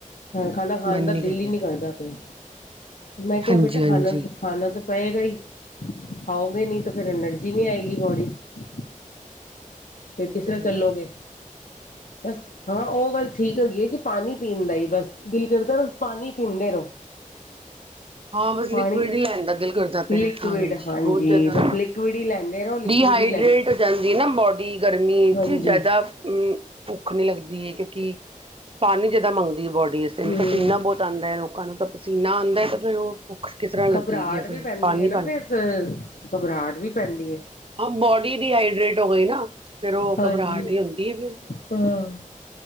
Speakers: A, on the left; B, on the right.
A: ਖਾਣਾ ਖਾਣ
B: ਮਨ
A: ਦਾ
B: ਨੀ ਕਰ
A: ਦਿਲ ਹੀ
B: ਰਿਹਾ
A: ਨਹੀਂ ਕਰਦਾ। ਫੇਰ ਮੈਂ-
B: ਹਾਂਜੀ ਹਾਂਜੀ
A: ਖਾਣਾ ਤੇ ਖਾਨਾ ਤਾਂ ਪਏਗਾ ਹੀ। ਖਾਓਗੇ ਨਹੀਂ ਤਾਂ ਫਿਰ ਐਨਰਜੀ ਨਹੀਂ ਆਏਗੀ ਬੋਡੀ ਚ।
B: ਹਾਂਜੀ
A: ਫਿਰ ਕਿਸ
B: ਉਹ ਤਾਂ
A: ਤਰ੍ਹਾਂ
B: ਹੈ ਹੀ
A: ਚੱਲੋਗੇ? ਬਸ ਹਾਂ, ਉਹ ਗੱਲ ਠੀਕ ਹੈਗੀ ਹੈ ਕੇ ਪਾਣੀ ਪੀਣ ਦਾ ਹੀ ਬਸ ਦਿਲ ਕਰਦਾ। ਬਸ ਪਾਣੀ ਪੀਂਦੇ- <inaudible>
B: ਹਾਂ, ਬਸ
A: ਪਾਣੀ
B: ਲਿਕਵਿਡ ਹੀ ਲੈਣ ਦਾ ਦਿਲ ਕਰਦਾ ਪਿਆ
A: ਲਿਕੁਿਡ
B: ਹੈ। ਹਾਂਜੀ ਬਹੁਤ ਜ਼ਿਆਦਾ।
A: ਬਸ ਲਿਕੁਿਡ ਹੀ ਲੈਂਦੇ ਰਹੋ ਲਿਕੁਿਡ
B: ਹਾਈਡ੍ਰੇਟ
A: ਹੀ ਲੈਂਦੇ
B: ਹੋ ਜਾਂਦੀ ਨਾ ਬੋਡੀ। ਜਿਆਦਾ
A: ਹਾਂਜੀ
B: ਭੁੱਖ ਨੀ ਲੱਗਦੀ ਹੈ। ਕਿਉਂਕਿ ਪਾਣੀ ਜਿਆਦਾ ਮੰਗਦੀ ਹੈ ਬੋਡੀ। ਦਿਨ
A: ਹਮ
B: ਚ ਪਸੀਨਾ ਬਹੁਤ ਆਉਂਦਾ ਹੈ। ਲੋਕਾਂ ਨੂੰ ਤਾਂ ਪਸੀਨਾ ਆਉਂਦਾ ਹੈ। ਤੇ ਫਿਰ ਉਹ- ਭੁੱਖ ਕਿਸ ਤਰ੍ਹਾਂ ਲੱਗੇਗੀ
A: ਘਬਰਾਹਟ
B: ਉਹ ਫਿਰ
A: ਵੀ ਪੈਂਦੀ
B: ਪਾਣੀ
A: ਹੈ ਨਾ,
B: ਪਾਣੀ
A: ਫੇਰ ਘਬਰਾਹਟ ਵੀ ਪੈਂਦੀ ਹੈ।
B: ਹਾਂ, ਬੋਡੀ ਡੀਹਾਈਡਰੇਟ ਹੋ ਗਈ ਨਾ। ਫੇਿਰ ਉਹ
A: ਹਾਂਜੀ
B: ਘਬਰਾਹਟ ਹੀ ਹੁੰਦੀ ਹੈ। ਫਿਰ-
A: ਹਾਂ।